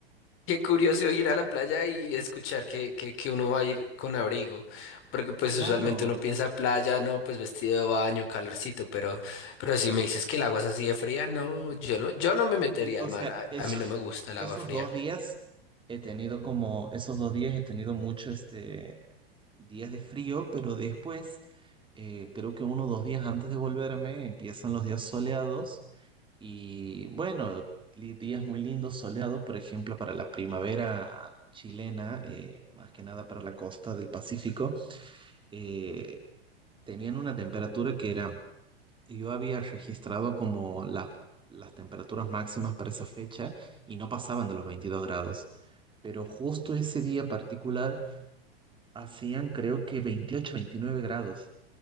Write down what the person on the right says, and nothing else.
Claro,
es
frío,
o sea,
eso-
<laughs>
esos
dos días he tenido como, esos dos días he tenido mucho este días de frío, pero después, eh, creo que uno o dos días antes de volverme, empiezan los días soleados y bueno, li- días muy lindos soleados, por ejemplo, para la primavera chilena, eh, más que nada para la costa del Pacífico, eh, tenían una temperatura que era, yo había registrado como la- las temperaturas máximas para esa fecha y no pasaban de los 22 grados. Pero justo ese día particular hacían creo que 28 29 grados.